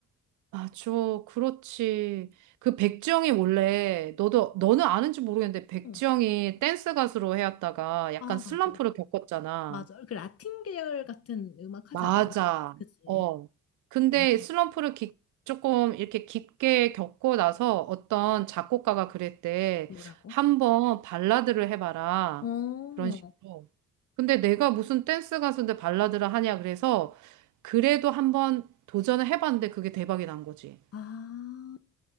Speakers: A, on the right; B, on the left.
A: 아, 저, 그렇지. 그 백지영이 원래, 너도, 너는 아는지 모르겠는데, 백지영이
B: 어.
A: 댄스 가수로 해왔다가 약간
B: 아,
A: 슬럼프를
B: 맞아.
A: 겪었잖아.
B: 맞아. 그 라틴 계열 같은 음악 하지
A: 맞아.
B: 않았나? 그치.
A: 어. 근데
B: 맞아.
A: 슬럼프를 깊- 조금 이렇게 깊게 겪고 나서 어떤 작곡가가 그랬대.
B: 뭐라고?
A: 한번 발라드를 해봐라.
B: 어,
A: 그런 식으로. 근데 내가 무슨 댄스 가수인데 발라드를 하냐 그래서 그래도 한번 도전을 해봤는데 그게 대박이 난 거지.
B: 아.